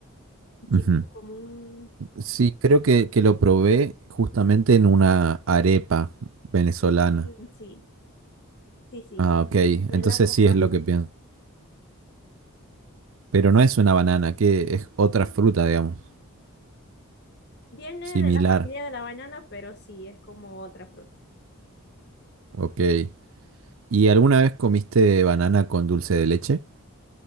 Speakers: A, on the left; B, on the right.
A: un chip,
B: ujú.
A: como un...
B: Sí, creo que, que lo probé justamente en una arepa venezolana.
A: mm, Sí, sí, sí,
B: Ah,
A: Venezuela
B: ok, entonces
A: come
B: sí
A: bastante.
B: es lo que pienso. Pero no es una banana, que es otra fruta, digamos,
A: Viene
B: similar.
A: de la familia de la banana, pero sí, es como otra fruta.
B: Ok. ¿Y alguna vez comiste banana con dulce de leche?